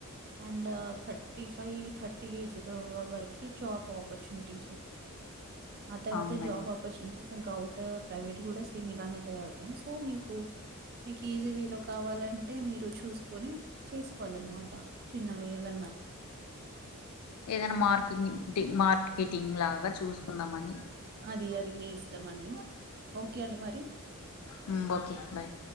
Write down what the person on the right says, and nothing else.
and thirty <unintelligible> five thirty age వా వ వరకి జాబ్ ఆపర్చునిటీస్ అ తర్వాత
జాబ్ ఆపర్చునిటీస్ తన్ గౌట ప్రైవేట్ కూడా సేమ్ ఇలానే తయారవుతాం సో మీకు మీకు ఈజీ వే లో కావాలంటే మీరు చూసుకొని చేసుకోవాలన్నమాట చిన్నవి ఏదన్నా
అది అది మీ ఇష్టం అండి ఓకే అండి మరి